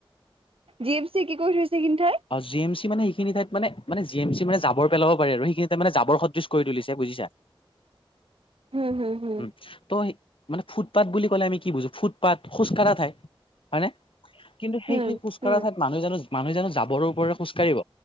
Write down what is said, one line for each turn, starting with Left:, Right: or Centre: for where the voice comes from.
Right: জি এফ চি কি কৰি থৈছে কিন্ত ই
Left: অ জি এম চি মানে সেইখিনি ঠাইত মান মানে জিমি মানে জাবৰ পেলাব পাৰে আৰু সেইখিন ঠাই মানে জৰ সদৃশ কৰি তুলিছে। বুজিছা
Right: হুম, হুম, হুম,
Left: উ ত' মানে ফুটপাথ বুলি ক'লে আমি কি বুজো ফুটপাথ খোজ কঢ়া ঠাই হয়নে। কিন্তু সেই
Right: হুম,
Left: সেই খোজকাঢ়া
Right: হুম।
Left: ঠাইত মানুহো মানুহ জানো যাবৰওপৰে খোজকাঢ়িব।